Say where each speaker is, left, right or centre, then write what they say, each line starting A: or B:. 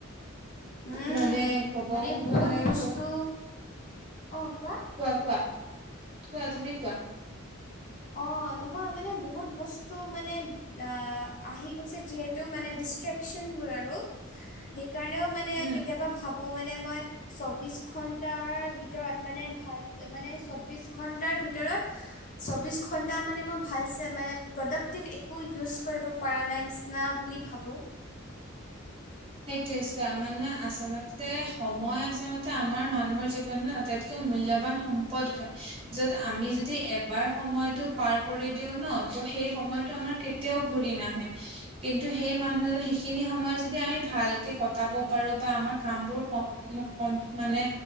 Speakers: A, on the left; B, on the right.
A: উম,
B: মানে ক'ব
A: মানে বহুত
B: গ'লে
A: বস্তু
B: কোৱা
A: অ, কোৱা।
B: কোৱা -কোৱা -কোৱা তুমি কোৱা?
A: অ নহয় মানে বহুত বস্তু মানে আ আহি গৈছে যিহেতু মানে ডিষ্ট্ৰেকচনবোৰ আৰু হে কাৰণেও মানে
B: উম।
A: কেতিয়াবা ভাবোঁ মানে মই চব্বিছ ঘণ্টাৰ ভিতৰত মানে ভাল মানে চব্বিছ ঘণ্টাৰ ভিতৰত চব্বিছ ঘণ্টা মানে মই ভালছে মানে প্ৰডাক্টিভ একো ইউজ কৰিব পাৰা নাই নিচিনা বুলি ভাবোঁ।
B: সেইটোৱে চোৱা মানে আচলতে সময় আচলতে আমাৰ মানুহৰ জীৱনত আটাইতকৈ মূল্যবান সম্পদ হয়। য'ত আমি যদি এবাৰ সময়তো পাৰ কৰি দিও ন ত সেই সময়তো আমাৰ কেতিয়াও ঘূৰি নাহে কিন্তু সেই মানুহে সেইখিনি সময়ত যদি আমি ভালকে কটাব পাৰো বা আমাৰ কামবোৰ ক ক মানে